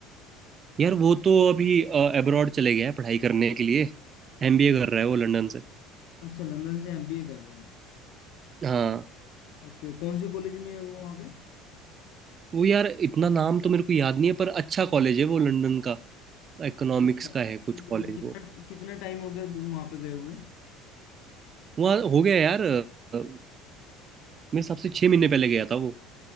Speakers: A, on the right; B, on the left.
A: यार वो तो अभी अब्रॉड चले गया है पढ़ाई करने के लिए एमबीए कर रहा है वो लंदन से
B: अच्छा लंदन से एमबीए कर रहा है
A: हाँ
B: ओके कौन से कॉलेज में है वो वहाँ पे
A: वो यार इतना नाम तो मेरे को याद नहीं है पर अच्छा कॉलेज है वो लंदन का इकोनॉमिक्स
B: अच्छा अच्छा
A: का है कुछ कॉलेज
B: ये कितना
A: वो
B: कितना टाइम हो गया वहाँ पे गए हुए
A: वहाँ हो गया यार अ, अ, मेरे हिसाब से छः महीने पहले गया था वो